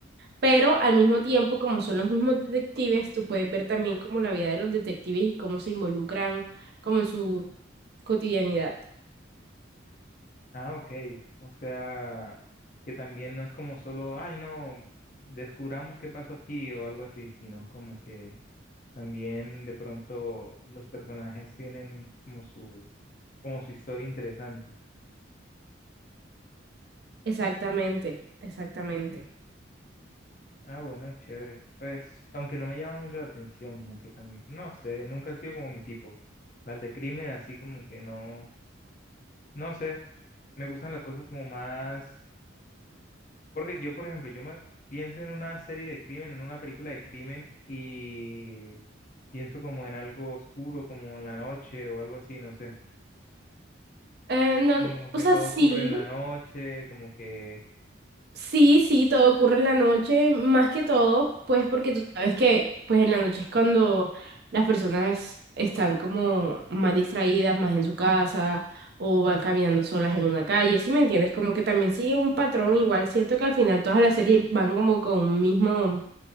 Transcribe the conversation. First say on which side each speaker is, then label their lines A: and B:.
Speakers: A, on the right; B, on the left.
A: pero al mismo tiempo, como son los mismos detectives, tú puedes ver también como la vida de los detectives y cómo se involucran como en su cotidianidad.
B: Ah, ok. O sea, que también no es como solo, ay, no, descubramos qué pasó aquí o algo así, sino como que también de pronto los personajes tienen como su, como su historia interesante.
A: Exactamente, exactamente.
B: Ah, bueno, chévere. Pues, aunque no me llama mucho la atención, como que también, no sé, nunca ha sido como mi tipo. Las de crimen, así como que no, no sé, me gustan las cosas como más, porque yo, por ejemplo, yo me pienso en una serie de crimen, en una película de crimen y pienso como en algo oscuro, como en la noche o algo así, no sé,
A: Eh, no,
B: como que
A: o sea,
B: todo
A: sí.
B: ocurre en la noche, como que,
A: Sí, sí, todo ocurre en la noche, más que todo, pues porque tú sabes que pues en la noche es cuando las personas están como más distraídas, más en su casa o van caminando solas en una calle, ¿sí me entiendes? Como que también sigue un patrón, igual siento que al final todas las series van como con un mismo